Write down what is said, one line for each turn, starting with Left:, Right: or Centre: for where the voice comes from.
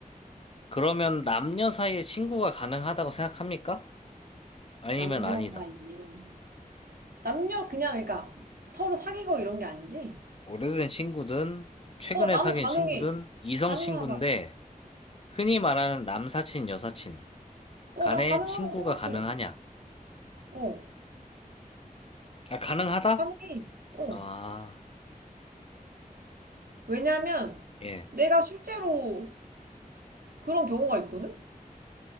Left: 그러면 남녀 사이에 친구가 가능하다고 생각합니까? 아니면
Right: 남녀
Left: 아니다.
Right: 사이에. 남녀 그냥 그러니까 서로 사귀고 이런 게 아니지?
Left: 오래된 친구든, 최근에
Right: 어, 나는
Left: 사귄
Right: 가능해.
Left: 친구든, 이성
Right: 가능하다.
Left: 친구인데, 흔히 말하는 남사친, 여사친
Right: 어,
Left: 간에
Right: 난 가능하다고
Left: 친구가
Right: 생각해.
Left: 가능하냐?
Right: 어,
Left: 아, 가능하다?
Right: 가능해. 어.
Left: 아,
Right: 왜냐면
Left: 예.
Right: 내가 실제로 그런 경우가 있거든?